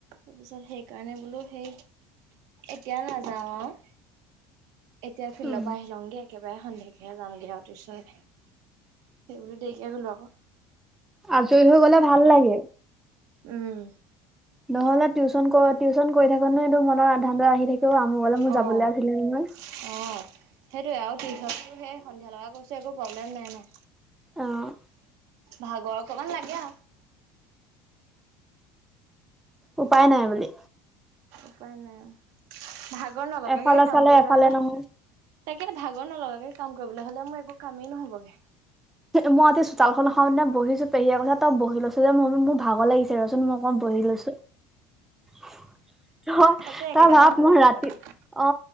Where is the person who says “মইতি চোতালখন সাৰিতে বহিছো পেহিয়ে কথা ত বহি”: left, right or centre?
Centre